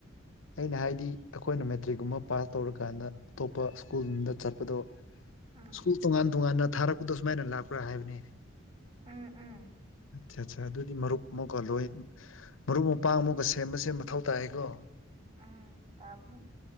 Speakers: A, on the left; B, on the right.
A: ꯑꯩꯅ ꯍꯥꯏꯗꯤ ꯑꯩꯈꯣꯏꯅ ꯃꯦꯇ꯭ꯔꯤꯛꯀꯨꯝꯕ ꯄꯥꯁ ꯇꯧꯔꯀꯥꯟꯗ ꯑꯇꯣꯞꯄ ꯁ꯭ꯀꯨꯜꯗ ꯆꯠꯄꯗꯣ
B: ꯎꯝ
A: ꯁ꯭ꯀꯨꯜ
B: ꯎꯝ
A: ꯇꯣꯉꯥꯟ ꯇꯣꯉꯥꯟꯅ ꯊꯥꯔꯛꯄꯗꯨ ꯁꯨꯃꯥꯏꯅ ꯂꯥꯛꯄ꯭ꯔꯥ ꯍꯥꯏꯕꯅꯤ
B: ꯎꯝ ꯎꯝ
A: ꯑꯠꯆꯥ ꯑꯠꯆꯥ ꯑꯗꯨꯗꯤ ꯃꯔꯨꯞ ꯑꯃꯨꯛꯀꯣ ꯂꯣꯏ ꯃꯔꯨꯞ ꯃꯄꯥꯡ ꯑꯃꯨꯛꯀ ꯁꯦꯝꯕꯁꯦ ꯃꯊꯧ ꯇꯥꯏꯌꯦꯀꯣ
B: ꯎꯝ ꯇꯥꯕꯅꯦ